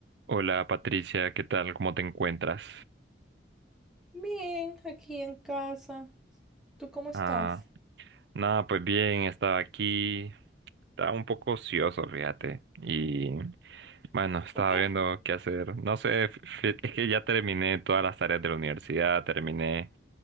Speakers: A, on the right (about 70°); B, in the centre.
A: Hola Patricia, ¿qué tal? ¿Cómo te encuentras?
B: Bien, aquí en casa. ¿Tú cómo estás?
A: Ah, nada, pues bien, estaba aquí, estaba un poco ocioso, fíjate, y bueno, estaba
B: ¿Por qué?
A: viendo qué hacer. No sé, fi- es que ya terminé todas las tareas de la universidad, terminé